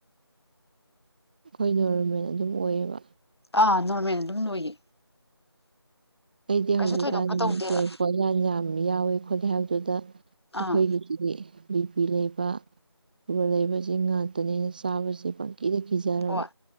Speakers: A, on the right (about 20°); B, on the left (about 70°).
A: ꯑꯈꯣꯏꯒꯤ ꯅꯣꯔꯃꯦꯜ ꯑꯗꯨꯝ ꯑꯣꯏꯌꯦꯕ
B: ꯑ ꯅꯣꯔꯃꯦꯜ ꯑꯗꯨꯝ ꯂꯣꯏꯌꯦ
A: ꯑꯩꯗꯤ
B: ꯀꯩꯁꯨ
A: ꯍꯧꯖꯤꯛꯀꯥꯟꯁꯦ
B: ꯊꯣꯏꯗꯣꯛꯄ ꯇꯧꯗꯦꯕ
A: ꯄꯣꯠꯌꯥꯟ ꯌꯥꯝ ꯌꯥꯎꯏ ꯈꯣꯠꯂꯦ ꯍꯥꯏꯕꯗꯨꯗ
B: ꯑꯥ
A: ꯑꯈꯣꯏꯒꯤ ꯑꯗꯤ ꯕꯤ ꯄꯤ ꯂꯩꯕ ꯁꯨꯒꯔ ꯂꯩꯕ ꯁꯤ ꯉꯥꯛꯇꯅꯤꯅ ꯆꯥꯕꯁꯦ ꯀꯤꯗꯤ ꯀꯤꯖꯔꯕ
B: ꯍꯣꯏ